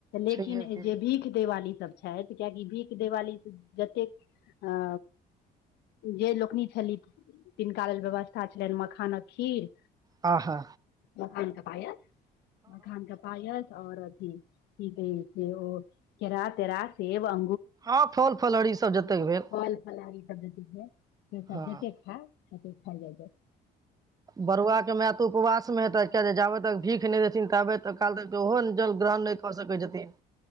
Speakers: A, on the left; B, on the right.
A: लेकिन
B: छैहे कि
A: जे भीख देिवाली सब छथि कियकि भीख। दिवाली जतेक अ जे लोकनि छली तिनका लेल व्यवस्था छलनि मखानक खीर।
B: आ हाँ।
A: मखान क पायस मखान क पायस। आओर अथी की कही छै ओ केरा तेरा सेब अ।
B: हँ फल फलहरी सब जतेक भेल
A: फल फलहारी प सब
B: हँ
A: जते खा। कथी खइ जा जा। <inaudible>
B: बरुआ के मै तऽ उपवास मे हेतै। जाबत तक भीख नहि। न्ब त काल तक ओहो जल ग्रहण नहि कऽ सकै छथिन